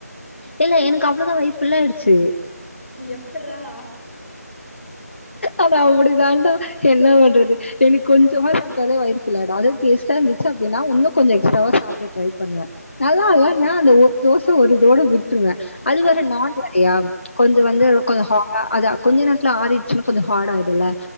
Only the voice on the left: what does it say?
இல்ல எனக்கு அவ்ளோதா வயிற் ஃபுல்லா ஆயிருச்சு
அது அப்டி
தான்ண்டா என்ன பண்றது
எனக் கொஞ்சமா சாப்ட்டலே வயிறு ஃபுல் ஆயிடு அதது டேஸ்ட்டா இருந்துச்சு அப்டின்னா உன்னோ கொஞ்சோ எக்ஸ்ட்வா சாப்டுட்டு ட்ரை பண்ணுவே நல்லால்லனா
அந்த ஒரு தோச ஒரு இதோட விட்டுருவே அது வேற
நான் வேறைய கொஞ்சோ வந்து
ஹாட அது கொஞ்ச நேரத்து ஆறிச்சுன்னா கொஞ்சோ ஹாட ஆய்டுல்ல